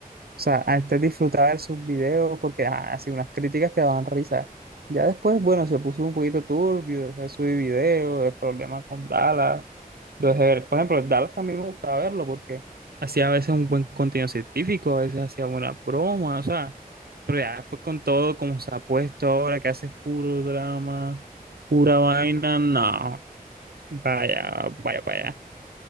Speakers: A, on the left; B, on the right.
A: ¿En
B: sea,
A: serio?
B: antes disfrutaba de sus videos porque ah, hacía unas críticas que daban risa. Ya después,
A: Sí,
B: bueno, se puso un poquito turbio, dejé de subir videos, el problema con Dallas. Lo dejé
A: exacto,
B: ver. Por ejemplo, Dallas también me gustaba verlo porque hacía a veces un buen contenido científico,
A: ah,
B: a veces
A: sí,
B: hacía
A: sí, así,
B: buenas bromas, o sea. Pero ya después con todo como se ha puesto ahora, que hace puro drama, pura
A: sí.
B: vaina, no, vaya,
A: La verdad es que
B: vaya
A: a mí también
B: para allá.
A: me encantó.